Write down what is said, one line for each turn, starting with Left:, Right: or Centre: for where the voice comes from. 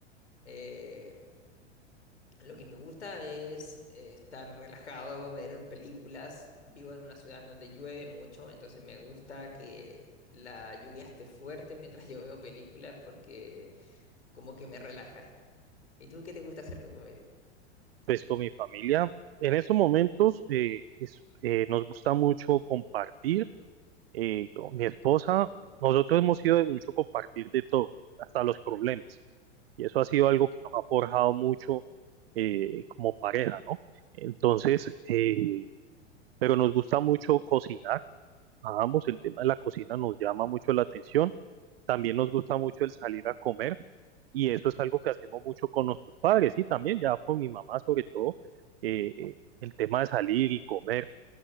Left: eh, lo que me gusta es eh, estar relajado, ver películas. Vivo en una ciudad en donde llueve mucho, entonces me gusta que la lluvia esté fuerte mientras yo veo películas porque como que me relaja. ¿Y tú qué te gusta hacer con tu familia?
Right: Pues con mi familia, en estos momentos eh, es- eh, nos gusta mucho compartir. eh, con mi esposa, nosotros hemos sido de mucho compartir de todo, hasta los problemas. Y eso ha
Left: Ok,
Right: sido algo que nos ha forjado mucho eh, como pareja, ¿no? Entonces, eh, pero nos gusta mucho cocinar. A ambos el tema de la cocina nos llama mucho la atención. También nos gusta mucho el salir a comer. Y eso es algo que hacemos mucho con nuestros padres y también ya con mi mamá sobre todo, eh, eh, el tema de salir y comer.